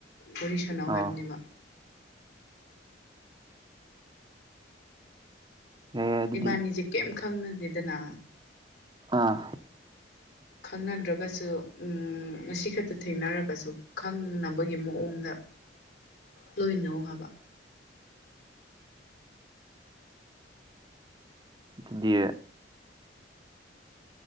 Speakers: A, on the left (about 70°); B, on the right (about 25°).
A: ꯋꯥꯔꯤꯁꯅꯥꯎ
B: ꯑꯣ
A: ꯍꯥꯏꯕꯅꯦꯃ
B: ꯌꯥꯏ ꯌꯥꯏ ꯑꯗꯨꯗꯤ
A: ꯏꯕꯥꯅꯤꯁꯦ ꯀꯦꯝ ꯈꯪꯅꯗꯦꯗꯅ
B: ꯑꯥ
A: ꯈꯪꯅꯗ꯭ꯔꯒꯁꯨ ꯉꯁꯤ ꯈꯛꯇ ꯊꯦꯡꯅꯔꯒꯁꯨ ꯈꯪꯅꯕꯒꯤ ꯃꯑꯣꯡꯗ ꯂꯣꯏꯅꯧ ꯍꯥꯏꯕ
B: ꯗꯨꯗꯤ